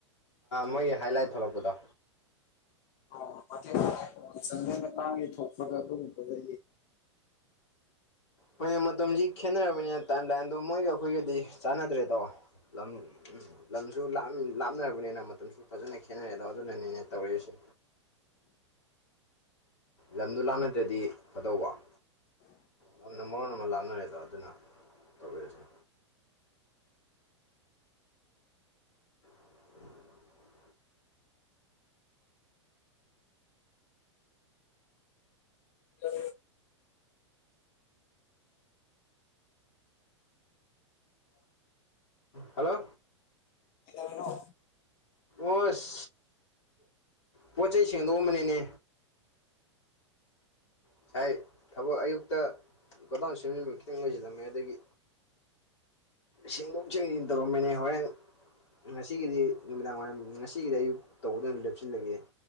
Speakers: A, on the left; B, on the left.
A: ꯃꯣꯏꯒꯤ ꯍꯥꯏꯂꯥꯏꯠ ꯊꯣꯛꯂꯛꯄꯗꯣ
B: ꯑꯣꯦ ꯆꯪꯗꯅ ꯇꯥꯡꯒꯦ ꯊꯣꯛꯄꯒ ꯑꯗꯨꯒꯨꯝꯕꯗ
A: ꯃ ꯈꯦꯅꯔ ꯇ ꯑꯗꯣ ꯃꯣꯏꯒ ꯑꯩꯈꯣꯏꯒꯗꯤ ꯆꯥꯟꯅꯗ꯭ꯔꯦꯗꯣ ꯂꯝ ꯂꯝꯁꯨ ꯂꯥꯞꯅꯔꯕꯅꯤꯅ ꯃꯇꯝ ꯐꯖꯅ ꯈꯦꯠꯅꯔꯦꯗꯣ ꯑꯗꯨꯅꯅꯦꯅꯦ ꯇꯧꯔꯤꯁꯦ ꯂꯝꯗꯨ ꯂꯥꯟꯅꯗ꯭ꯔꯗꯤ ꯐꯗꯧꯕꯧꯕ ꯌꯥꯝꯅ ꯃꯔꯣꯟ ꯑꯃ ꯂꯥꯞꯅꯔꯦꯗ ꯑꯗꯨꯅ ꯇꯧꯕꯤꯔꯁꯦ <inaudible>
B: ꯑ
A: ꯍꯜꯂꯣ
B: ꯏꯔꯅꯣ
A: ꯑꯁ ꯄꯣꯠꯆꯩ ꯁꯦꯡꯗꯣꯛꯑꯝꯕꯅꯤꯅꯦ ꯉꯁꯥꯏ ꯊꯕꯛ ꯑꯌꯨꯛꯇ ꯒꯣꯗꯥꯎꯟ ꯁꯦꯝꯖꯤꯟꯕ ꯈꯤꯇꯪ ꯂꯣꯏꯁꯤꯜꯂꯝꯃꯦ ꯑꯗꯒꯤ ꯁꯦꯡꯗꯣꯛ ꯁꯦꯡꯖꯤꯟ ꯇꯧꯔꯝꯕꯅꯦ ꯍꯣꯔꯦꯟ ꯉꯁꯤꯒꯤꯗꯤ ꯅꯨꯃꯤꯗꯥꯡ ꯋꯥꯏꯔꯝ ꯉꯁꯤꯒꯤꯗꯤ ꯑꯌꯨꯛ ꯇꯧꯕꯗ ꯑꯣꯏꯅ ꯂꯦꯞꯁꯤꯜꯂꯒꯦ